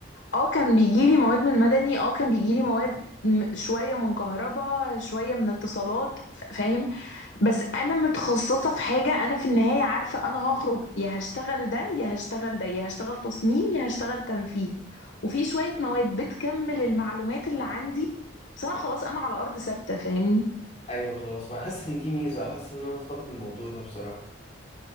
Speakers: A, on the left (about 70°); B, on the left (about 35°).
A: اه كان بيجيلي مواد من مدني اه كان بيجيلي مواد م- شويه من كهرباء شويه من اتصالات ف- فاهم بس انا متخصصه في حاجه انا في النهايه عارفه انا هخرج يا هشتغل ده يا هشتغل ده يا هشتغل تصميم يا هشتغل تنفيذ وفي شويه مواد بتكمل المعلومات اللي عندي بس انا خلاص انا على ارض ثابته فاهمني
B: ايوه خلاص ما حاسس ان دي ميزة وحاسس ان انا مفتقد الموضوع ده بصراحة